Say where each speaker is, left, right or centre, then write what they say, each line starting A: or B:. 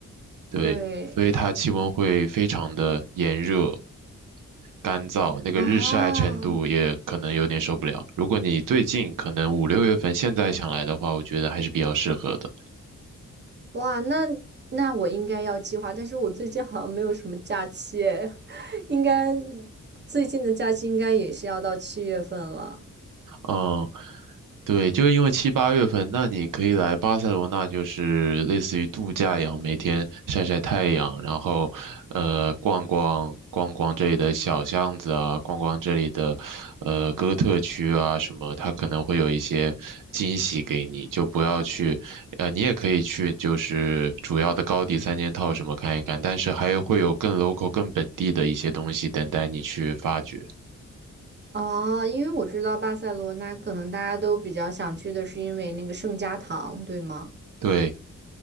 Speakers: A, on the right; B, on the right.
A: 对，
B: 对。
A: 所以它气温会非常的炎热、干燥，那个日晒程度也可能有点受不了。
B: 啊，
A: 如果你最近可能五六月份现在想来的话，我觉得还是比较适合的。
B: 哇，那那我应该要计划，但是我最近好像没有什么假期诶，<laughs> 应该最近的假期应该也是要到七月份了。
A: 嗯，对，就是因为七八月份，那你可以来巴塞罗那，就是类似于度假一样，每天晒晒太阳，然后呃逛逛逛逛这里的小巷子啊，逛逛这里的呃哥特区啊什么，它可能会有一些惊喜给你，就不要去，呃，你也可以去，就是主要的高迪三件套什么看一看，但是还有会有更 local、更本地的一些东西等待你去发掘。
B: 啊，因为我知道巴塞罗那可能大家都比较想去的是因为那个圣家堂，对吗？
A: 对。